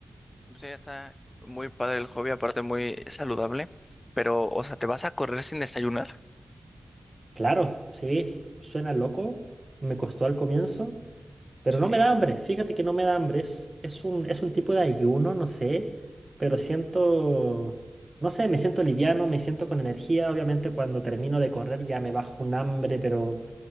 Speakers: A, on the left; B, on the right.
A: Pues ya está muy padre el hobby, aparte muy saludable. Pero, o sea, ¿te vas a correr sin desayunar?
B: Claro, sí, suena loco, me costó al comienzo. Pero
A: Sí,
B: no me da hambre, fíjate que no me da hambre, es, es un, es un tipo de ayuno, no sé, pero siento, no sé, me siento liviano, me siento con energía, obviamente cuando termino de correr ya me bajo un hambre, pero